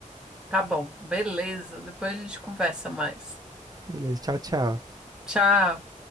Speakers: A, in the centre; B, on the right.
A: Tá bom, beleza. Depois a gente conversa mais.
B: Beleza, tchau, tchau.
A: Tchau.